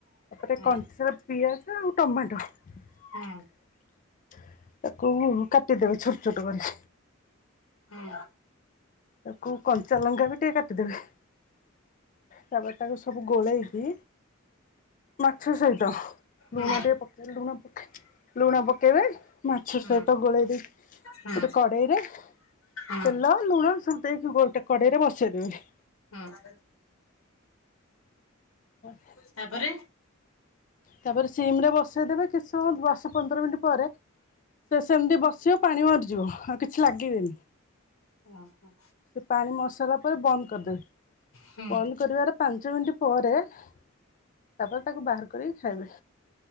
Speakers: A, on the left; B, on the left.
A: ତାପରେ
B: ହୁଁ
A: କଞ୍ଚା ପିଆଜ ଆଉ ଟମାଟୋ
B: ହୁଁ
A: ତାକୁ କାଟିଦେବେ ଛୋଟ୍ ଛୋଟ୍ କରି।
B: ହଁ।
A: ତାକୁ କଞ୍ଚା ଲଙ୍କା ବି ଟିକେ କାଟିଦେବେ ତାପରେ ତାକୁ ସୁ ସବୁ ଗୋଳେଇକି ମାଛ ସହିତ ଲୁଣ
B: ହୁଁ ହୁଁ
A: ଟିକେ ପକ୍ ଲୁଣ ପକେ- ଲୁଣ ପକେଇବେ ମାଛ
B: ହୁଁ
A: ସହିତ ଗୋଳେଇ ଦେଇ
B: ହୁଁ
A: ଗୋଟେ କଡେଇରେ
B: ହୁଁ
A: ତେଲ ଲୁଣ ସବୁ ଦେଇକି ଗୋଟେ କଡେଇ ରେ ବସେଇ ଦେବେ
B: ହଁ।
A: <inaudible>
B: ତାପରେ?
A: ତାପରେ ସିମ୍ ରେ ବସେଇଦବେ କିଛି ସମୟ ଦଶ ପନ୍ଦର ମିନିଟ୍ ପରେ ସେ ସେମିତି ବସିବ ପାଣି ମରିଯିବ ଆଉ କିଛି ଲାଗିବେନି।
B: ଓହୋ।
A: ସେ ପାଣି ମରିସାରିଲା ପରେ ବନ୍ଦ୍ କରିଦେବେ।
B: ହୁଁ
A: ବନ୍ଦ୍ କରିବାର ପାଞ୍ଚ ମିନିଟ୍ ପରେ ତାପରେ ତାକୁ ବାହାର କରିକି ଖାଇବେ